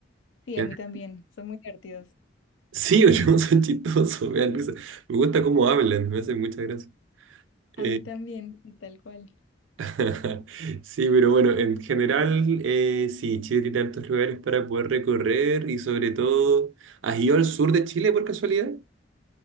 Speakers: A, on the left (about 70°); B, on the right (about 75°).
A: Sí,
B: ¿Quién?
A: a mí también, son muy divertidos.
B: Sí o no, <laughs> son chistosos, me dan risa. Me gusta cómo hablan, me hacen mucha gracia.
A: A
B: Eh,
A: mí también, sí, tal cual.
B: <laughs> sí, pero bueno, en general, eh, sí, Chile tiene tantos lugares para poder recorrer y sobre todo, ¿has ido al sur de Chile por casualidad?